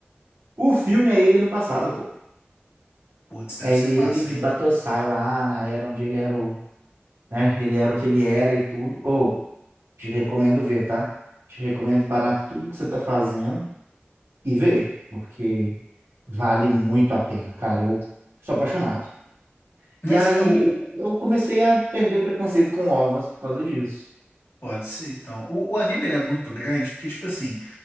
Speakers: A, on the right; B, on the left.
A: O filme é ele no passado, pô.
B: Putz, deve
A: É ele
B: ser massa,
A: de
B: hein?
A: Batosai lá na era onde ele era o, né? Ele era o que ele era e tudo. Ou te recomendo ver, tá? Te recomendo parar tudo que você tá fazendo e vê, porque vale muito a pena, cara. Eu sou apaixonado.
B: Mas
A: E aí
B: o, o-
A: eu comecei a perder o preconceito com ovas por causa disso.
B: pode ser, então. O, o anime ele é muito grande, porque, tipo assim,